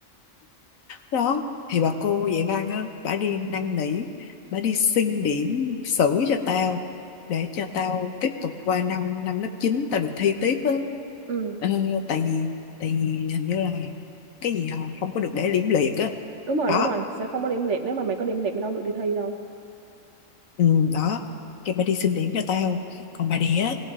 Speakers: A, on the left; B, on the right.
A: đó thì bà cô dạy văn á bà đi năn nỉ bà đi xin điểm xử cho tao để cho tao tiếp tục qua năm năm lớp 9 tao được thi tiếp á
B: Ừ.
A: ờ, tại vì tại vì hình như là cái gì họ không có được để liễm liệt á
B: Đúng rồi,
A: đó
B: đúng rồi, sẽ không có điểm liệt nếu mà mày có điểm liệt mày đâu được đi thi đâu.
A: ừ, đó cái bà đi xin điểm cho tao còn bà đĩa